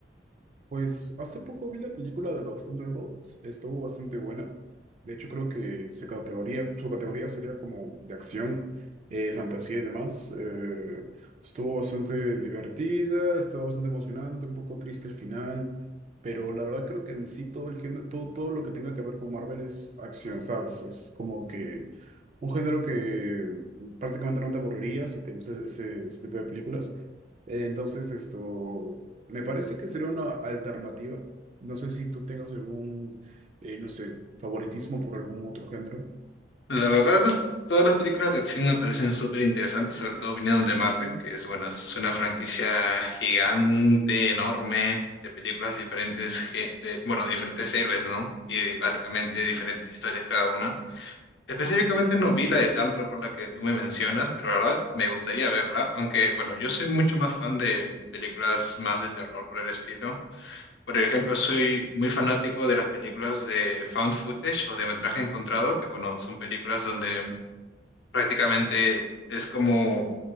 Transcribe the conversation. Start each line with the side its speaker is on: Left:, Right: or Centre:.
Right: Pues hace poco vi la película de los Thunderbolts, estuvo bastante buena. De hecho, creo que se categoría, su categoría sería como de acción, eh, fantasía y demás. Eh, estuvo bastante divertida, estaba bastante emocionante, un poco triste al final, pero la verdad creo que en sí todo el género, todo, todo lo que tenga que ver con Marvel es acción, ¿sabes? Es como que un género que prácticamente no te aburriría si te gusta ese, ese tipo de películas. Eh, Entonces, esto me parece que sería una alternativa. No sé si tú tengas algún, eh, no sé, favoritismo por algún otro género.
Left: La verdad, todas las películas de acción me parecen súper interesantes, sobre todo vinieron de Marvel, que es, bueno, es una franquicia gigante, enorme, de películas diferentes, ge- de, bueno, de diferentes héroes, ¿no? Y básicamente diferentes historias cada una. Específicamente no vi la de Tantra por la que tú me mencionas, pero la verdad me gustaría verla, aunque bueno, yo soy mucho más fan de películas más de terror por el estilo. Por ejemplo, soy muy fanático de las películas de found footage o de metraje encontrado, que bueno, son películas donde prácticamente es como